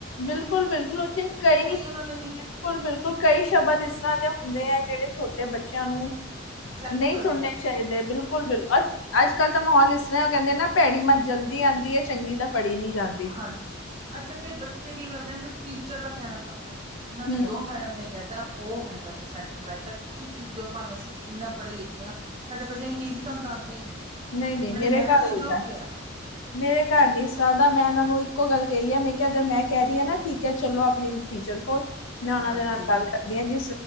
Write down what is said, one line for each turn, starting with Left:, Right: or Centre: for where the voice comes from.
Left: ਬਿਲਕੁਲ-ਬਿਲਕੁਲ ਉੱਥੇ ਕਈ ਬਿਲਕੁਲ-ਬਿਲਕੁਲ
Right: ਉਹਨਾਂ ਨੇ ਨੀ
Left: ਕਈ ਸ਼ਬਦ ਇਸ ਤਰ੍ਹਾਂ ਦੇ ਹੁੰਦੇ ਹੈ ਜਿਹੜੇ ਛੋਟੇ ਬੱਚਿਆਂ ਨੂੰ
Right: ਇਫੈਕਟ
Left: ਨਹੀਂ
Right: ਕਰਦੇ
Left: ਸੁਣੇ
Right: ਆ
Left: ਚਾਹੀਦੇ ਬਿਲਕੁਲ-ਬਿਲਕੁਲ ਅੱਜ ਕੱਲ ਤਾਂ ਮਾਹੌਲ ਉਹ ਕਹਿੰਦੇ ਨਾ ਭੈੜੀ ਮਤ ਜਲਦੀ ਆਉਂਦੀ ਹੈ ਚੰਗੀ ਤਾਂ ਫੜੀ ਨਹੀਂ ਜਾਂਦੀ
Right: ਹਾਂਜੀ ਅੱਛਾ ਫਿਰ ਬੱਚੇ ਕੀ ਕਰਦੇ ਆ ਸਿਰਫ ਟੀਚਰ ਦਾ ਕਹਿਣਾ ਮੰਨਦੇ ਆ ਉਹਨਾਂ ਨੇ
Left: ਹਮ
Right: ਜੋ ਮੈਡਮ ਨੇ ਕਹਿਤਾ ਉਹ ਹੰਡਰਡਪ੍ਰਸੈਂਟ ਰਾਈਟ ਆ ਤੁਸੀਂ ਜੋ ਭਾਵੇਂ ਅਸੀਂ ਇੰਨਾ ਪੜ੍ਹੇ ਲਿਖੇ ਹਾਂ ਸਾਡੇ ਬੱਚਾ ਨਹੀਂ ਸੀ ਤੁਹਾਨੂੰ ਦ ਆਉਂਦਾ ਹੀ ਨਹੀਂ
Left: ਨਹੀਂ ਨਹੀਂ
Right: ਸਾਡੀ
Left: ਮੇਰੇ
Right: ਮੈਡਮ
Left: ਘਰ
Right: ਨੇ
Left: ਉਲਟਾ
Right: ਜੋ ਕਿਹਾ
Left: ਹੈ ਮੇਰੇ ਘਰ ਨੀ ਸਰ ਦਾ ਮੈਂ ਇਹਨਾਂ ਨੂੰ ਇੱਕੋ ਗੱਲ ਕਹੀ ਹੈ ਮੈਂ ਕਿਹਾ ਅਗਰ ਮੈਂ ਕਹਿ ਰਹੀ ਹਾਂ ਨਾ ਠੀਕ ਹੈ ਚਲੋ ਆਪਣੀ ਟੀਚਰ ਕੋਲ ਮੈਂ ਉਹਨਾਂ
Right: ਹਾਂਜੀ
Left: ਦੇ ਨਾਲ ਗੱਲ ਕਰਦੀ ਹਾਂ ਕਿ